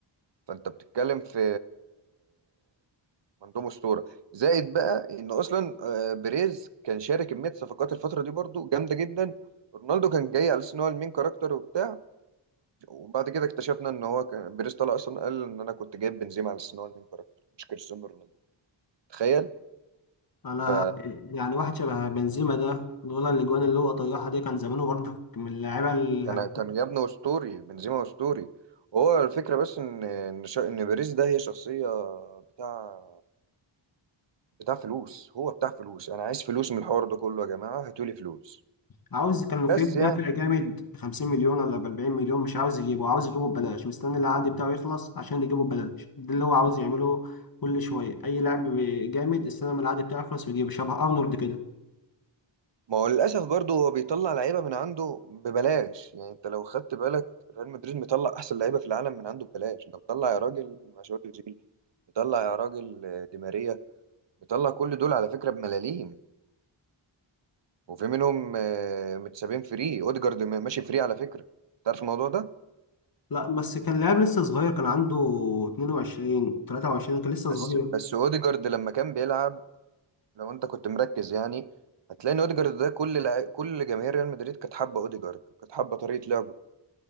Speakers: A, on the right (about 60°); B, on the left (about 45°).
A: فأنت بتتكلم في عندهم أسطورة زائد بقى إن أصلا آه، بيريز كان شارك كمية صفقات الفترة دي برضو جامدة جدا رونالدو كان جاي على أساس إن هو المين كاركتر وبتاع وبعد كده اكتشفنا ان هو كان بيريز طلع اصلا قال ان انا كنت جايب بنزيما على السنه المين كاركتر مش كريستيانو رونالدو تخيل
B: انا
A: ف
B: يعني واحد شبه بنزيما ده لولا الاجوان اللي هو طيحها دي كان زمانه برضك من اللعيبه الهداف
A: كان كان جابنا اسطوري بنزيما اسطوري هو الفكره بس ان ان شا- ان بيريز ده هي شخصيه بتاع بتاع فلوس هو بتاع فلوس انا عايز فلوس من الحوار ده كله يا جماعه هاتولي فلوس
B: عاوز كان لو
A: بس
B: في دافع
A: يعني
B: جامد ب 50 مليون ولا ب 40 مليون مش عاوز يجيبه عاوز يجيبه ببلاش مستني العقد بتاعه يخلص عشان يجيبه ببلاش ده اللي هو عاوز يعمله كل شويه اي لاعب جامد استنى ما العقد بتاعه يخلص ويجيبه شبه ارنولد كده
A: ما هو للاسف برضه هو بيطلع لعيبه من عنده ببلاش يعني انت لو خدت بالك ريال مدريد مطلع احسن لعيبه في العالم من عنده ببلاش ده مطلع يا راجل مشاوير مطلع يا راجل آه، دي ماريا مطلع كل دول على فكرة بملاليم وفي منهم آه، متسابين فري اوديجارد م- ماشي فري على فكرة تعرف الموضوع ده
B: لا بس كان لاعب لسه صغير كان عنده 22 23 كان لسه
A: بس
B: صغير
A: بس اوديجارد لما كان بيلعب لو انت كنت مركز يعني هتلاقي ان اوديجارد ده كل لع... كل جماهير ريال مدريد كانت حابة اوديجارد وكانت حابة طريقة لعبه